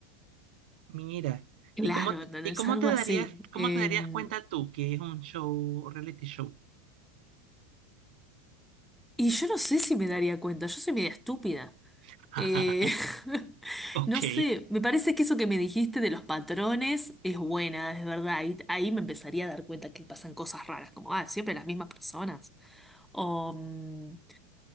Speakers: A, on the right; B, in the centre.
A: Mira,
B: Claro,
A: ¿y cómo, te-
B: no,
A: y
B: no, es
A: cómo
B: algo
A: te darías,
B: así.
A: cómo
B: Em,
A: te darías cuenta tú que es un show, reality show?
B: y yo no sé si me daría cuenta, yo soy media estúpida.
A: <laughs>
B: Eh, <laughs>
A: Ok.
B: no sé, me parece que eso que me dijiste de los patrones es buena, es verdad. Ahí, ahí me empezaría a dar cuenta que pasan cosas raras, como, ah, siempre las mismas personas. O, mm,